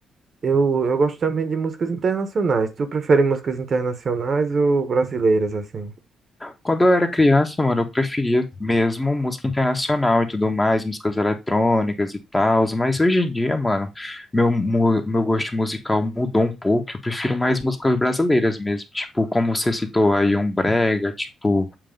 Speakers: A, on the right (about 45°); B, on the left (about 15°).
A: eu, eu gosto também de músicas internacionais. Tu prefere músicas internacionais ou brasileiras, assim?
B: Quando eu era criança, mano, eu preferia mesmo música internacional e tudo mais, músicas eletrônicas e tal, mas hoje em dia, mano, meu, mu- meu gosto musical mudou um pouco, eu prefiro mais músicas brasileiras mesmo, tipo, como você citou aí, um brega, tipo